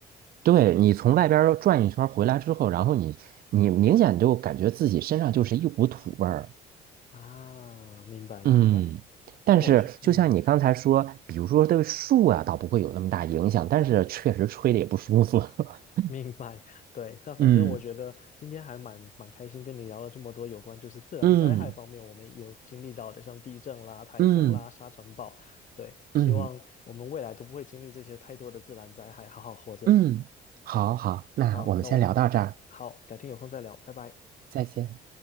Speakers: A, on the right; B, on the left.
A: 对，你从外边儿转一圈儿回来之后，然后你你明显就感觉自己身上就是一股土味儿。
B: 啊，明白明白，
A: 嗯，但是就像你刚才说，
B: 那我去，嗯。
A: 比如说对树啊，倒不会有那么大影响，但是确实吹的也不舒服。<laughs>
B: 明白，对，但反正我觉得今天还蛮蛮开心，
A: 嗯，
B: 跟你聊了这么多有关就是自然灾害方面我们有经历到的，
A: 嗯
B: 像地震啦、台风啦、
A: 嗯
B: 沙尘暴，对，希望我们未来都不会经历这些太多的自然灾害，
A: 嗯
B: 好好活着。
A: 嗯，好好，那我们先聊到这儿，
B: 好，那我们好，改天有空再聊，拜拜。
A: 再见。